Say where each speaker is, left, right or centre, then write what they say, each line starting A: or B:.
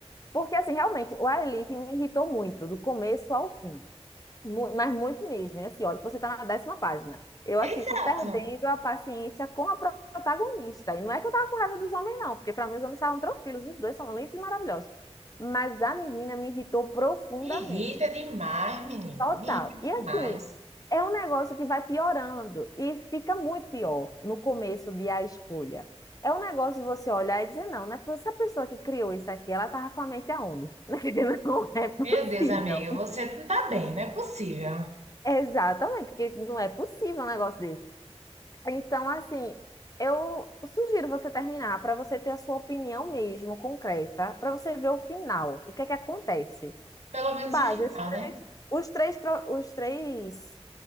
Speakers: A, on the left (about 35°); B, on the right (about 85°).
A: Porque, assim, realmente, o A Elite me irritou muito, do começo ao fim. Mu- Mas muito mesmo. E, assim, olha, que você está na décima página. Eu, assim,
B: Exato.
A: fui perdendo a paciência com a pro- protagonista. E não é que eu tava com raiva dos homens, não, porque para mim os homens estavam tranquilos, os dois são lindos e maravilhosos. Mas a menina me irritou profundamente.
B: Me irrita demais, menino.
A: Total.
B: Me irrita
A: E assim,
B: demais.
A: é um negócio que vai piorando e fica muito pior no começo de a escolha. É um negócio de você olhar e dizer, não, não é possível, essa pessoa que criou isso aqui, ela tava com a mente aonde? <laughs> Não é possível.
B: Meu Deus, amiga, você não tá bem, não é possível.
A: Exatamente, porque não é possível um negócio desse. Então, assim, eu sugiro você terminar para você ter a sua opinião mesmo, concreta, para você ver o final, o que é que acontece.
B: Pelo menos
A: Base,
B: o final,
A: os três,
B: né?
A: os três, pro- os três